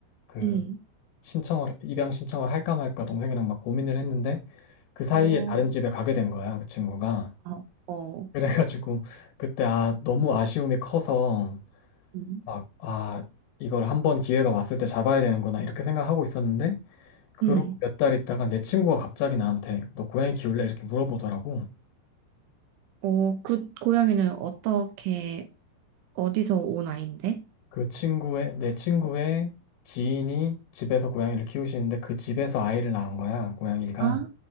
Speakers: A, on the left (about 75°); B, on the right (about 75°).
A: 그
B: 응,
A: 신청을 입양 신청을 할까 말까 동생이랑 막 고민을 했는데 그 사이에
B: 어,
A: 다른 집에 가게 된 거야, 그 친구가.
B: 어, 어,
A: 그래가지고 그때 아 너무 아쉬움이 커서
B: 응,
A: 막 아 이걸 한번 기회가 왔을 때 잡아야 되는구나 이렇게 생각하고 있었는데 그러고
B: 응.
A: 몇 달 있다가 내 친구가 갑자기 나한테 너 고양이 키울래? 이렇게 물어보더라고.
B: 어, 그 고양이는 어떻게, 어디서 온 아인데?
A: 그 친구의 내 친구의 지인이 집에서 고양이를 키우시는데 그 집에서 아이를 낳은 거야 고양이가.
B: 아,